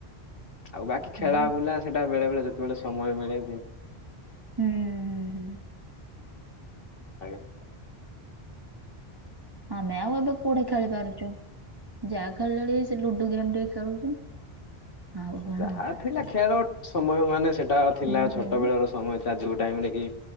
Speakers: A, on the left; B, on the right.
A: ଆଉ ବାକି ଖେଳା
B: ହଉ
A: ବୁଲା ସେଟା ବେଳେ ବେଳେ ଯେତେବେଳେ ସମୟ ମିଳେ
B: ହୁଁ ହୁଁ ହୁଁ
A: <unintelligible> <unintelligible>
B: ଆମେ ଆଉ ଏବେ କୋଉଠି ଖେଳି ପାରୁଚୁ। ଯାଆଁ ଖେଳିଲେଣି ସେ ଲୁଡୁ ଗେମ୍ ଟିକେ ଖେଳୁଛୁ। ଆଉ କଣ
A: ଯାଆଁ ଥିଲା ଖେଳ ସମୟ ମାନେ ସେଟା ଥିଲା
B: ହୁଁ
A: ଛୋଟ
B: ହୁଁ।
A: ବେଳର ସମୟ ଥିଲା ରାଜୁକି ଟାଇମି ରେ କି।